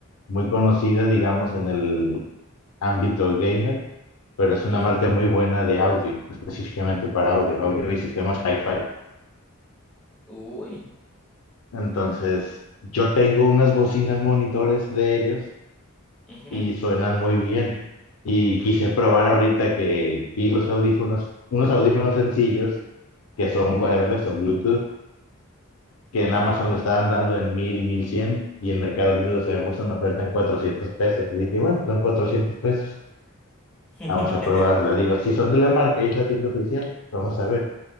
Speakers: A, on the left (about 80°); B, in the centre.
A: muy conocida, digamos, en el ámbito gamer, pero
B: Ujú.
A: es una marca muy buena de audio, específicamente para audio, audio y sistemas hi-fi.
B: Uy.
A: Entonces, yo tengo unas bocinas monitores de ellos
B: Ujú,
A: y suenan muy bien. Y quise probar ahorita que vi los audífonos, unos audífonos sencillos que son wireless, son Bluetooth, que en
B: ujú.
A: Amazon lo estaban dando en mil, mil cien y en Mercado Libre los había puesto en oferta en 400 pesos. Y dije, bueno, son 400 pesos.
B: <laughs>
A: Vamos a probarla. Digo, si son de la marca y es la tienda oficial, vamos a ver.